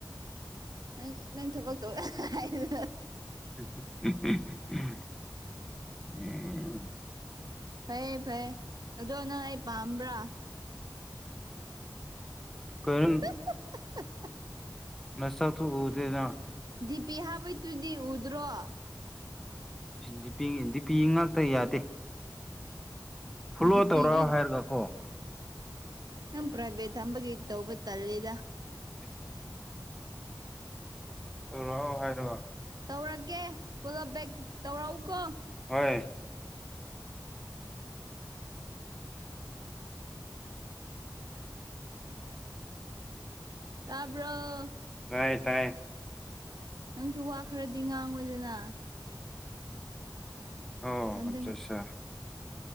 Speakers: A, on the right; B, in the centre.
A: ꯅꯪ ꯅꯪ ꯊꯕꯛꯇꯧꯏ ꯍꯥꯏꯕꯗꯨꯗ
B: ꯎꯝ ꯎꯝꯝꯝ <unintelligible>
A: ꯐꯩꯌꯦ ꯐꯩꯌꯦ ꯑꯗꯣ ꯅꯪ ꯑꯩ ꯄꯥꯝꯕ꯭ꯔꯥ
B: ꯀꯩꯅꫭ
A: <unintelligible>
B: ꯅꯁꯥ ꯊꯨ ꯎꯗ‌ꯦꯅ
A: ꯗꯤꯄꯤ ꯍꯥꯕꯤꯗꯨꯨꯗꯤ ꯎꯗ꯭ꯔꯣ
B: ꯗꯤ ꯗꯤꯄꯤ ꯉꯥꯛꯇ ꯌꯥꯗꯦ ꯐꯣꯂꯣ
A: ꯗꯤꯄꯤꯗꯨ
B: ꯇꯧꯔꯑꯣ ꯍꯥꯏꯔꯒ ꯀꯣ
A: ꯅꯪ ꯄ꯭ꯔꯥꯏꯕꯦꯠ ꯊꯝꯕꯒꯤ ꯇꯧꯕꯇꯜꯂꯦꯗ
B: ꯑꯦꯁ ꯇꯔꯥꯎ ꯍꯥꯏꯔꯣ
A: ꯇꯧꯔꯒꯦ ꯐꯣꯂꯣ ꯕꯦꯛ ꯇꯧꯔꯛꯎꯀꯣ
B: ꯍꯣꯏ
A: ꯇꯥꯕꯔꫭ
B: ꯇꯥꯏ ꯇꯥꯏ
A: ꯅꯪꯁꯨ ꯋꯥ ꯈꯔꯗꯤ ꯉꯥꯡꯉꯣꯗꯅ
B: ꯑꯣꯑ
A: ꯊꯟꯗ
B: ꯑꯠꯆꯥ ꯑꯠꯆꯥ